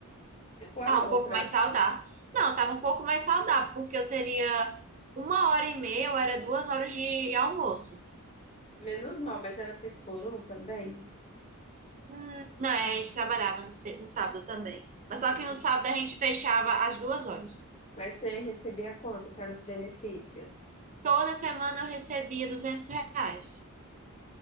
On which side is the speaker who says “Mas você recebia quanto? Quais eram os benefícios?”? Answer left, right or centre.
Left